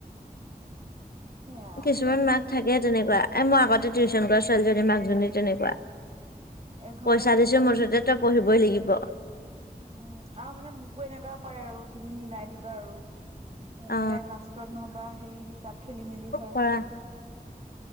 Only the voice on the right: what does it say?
সেয়া আৰু
এঘৰত
এঘৰত
আকৌ
হেৰি
উম আৰু মানে মোকো এনেকুৱা কৰে আৰু তুমি মিলাই দিবা আৰু। এ
মানে লাষ্টত নহবা সেই হিচাপ খেলি মেলি হয়।